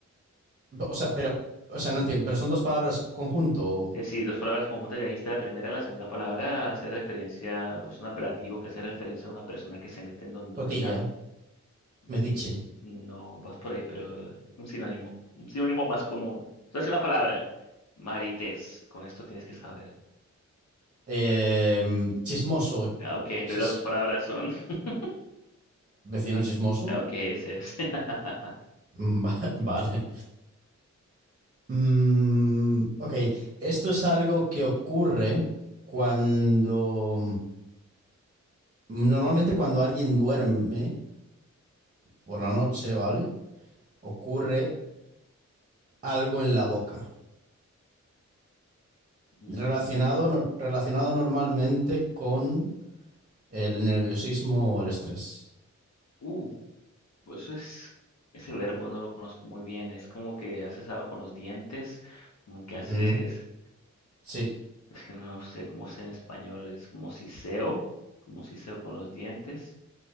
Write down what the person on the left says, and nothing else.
Es decir, dos palabras conjuntas, ya dijiste la primera, la segunda palabra hace referencia, o es un apelativo que hace referencia a una persona que se mete en donde
no lo llaman. Mm,
No vas por ahí, pero un sinónimo, un sinónimo más común. Entonces, una palabra, marites, con esto tienes que saber.
Ah, Ok, entonces
las dos palabras son, <laughs>
ah, ok, ese es. <laughs>
Mm,
uh, Pues Eso es, ese verbo no lo conozco muy bien. Es como que haces algo con los dientes, como que haces,
es que no sé cómo sea en español, es como siseo, como siseo con los dientes.